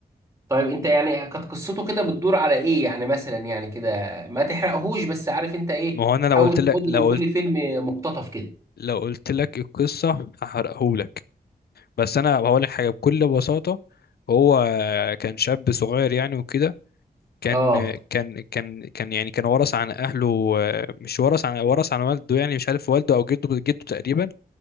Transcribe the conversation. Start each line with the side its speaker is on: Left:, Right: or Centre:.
Right: طيب انت يعني كانت قصته كده بتدور على ايه يعني مثلا يعني كده ما تحرقهوش بس عارف انت ايه
Left: ما هو أنا
Right: حاول
Left: لو قلت لك
Right: تاخد من
Left: لو قلت
Right: كل فيلم مقتطف كده
Left: لو قلت لك القصة هحرقهولك بس أنا هقول لك حاجة بكل بساطة هو كان شاب صغير يعني وكده كان
Right: اه
Left: كان كان كان يعني كان ورث عن أهله مش ورث عن ورث عن والده يعني مش عارف والده أو جده جده تقريبا